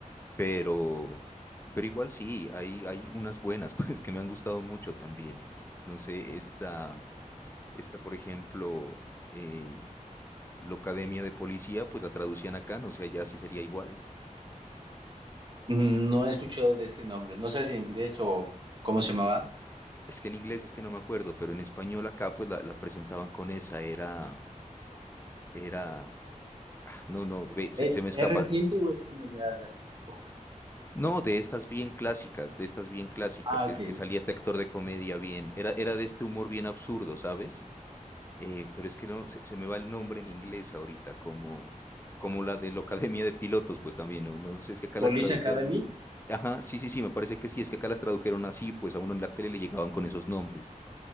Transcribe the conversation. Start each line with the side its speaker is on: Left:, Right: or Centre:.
Left: pero, pero igual sí, hay, hay unas buenas <laughs> pues que me han gustado mucho también. No sé, esta... Está, por ejemplo, eh, Locademia de Policía, pues la traducían acá, no sé, allá sí sería igual.
Right: Mm, No he escuchado de ese nombre, no sé si en inglés o cómo se llamaba.
Left: Es que en inglés es que no me acuerdo, pero en español acá pues la, la presentaban con esa, era, era, no, no, ve, se,
Right: ¿E-
Left: se me escapa.
Right: ¿Es reciente o es uno ya de hace tiempo?
Left: No, de estas bien clásicas, de estas bien clásicas,
Right: Ah,
Left: que,
Right: ok.
Left: que salía este actor de comedia bien, era, era de este humor bien absurdo, ¿sabes? Eh, pero es que no, se, se me va el nombre en inglés ahorita, como, como la de la Academia de Pilotos, pues también, no, no sé, es que acá
Right: Police
Left: las tradujeron.
Right: Academy.
Left: Ajá, sí, sí, sí, me parece que sí, es que acá las tradujeron así, pues a uno en la tele le llegaban con esos nombres.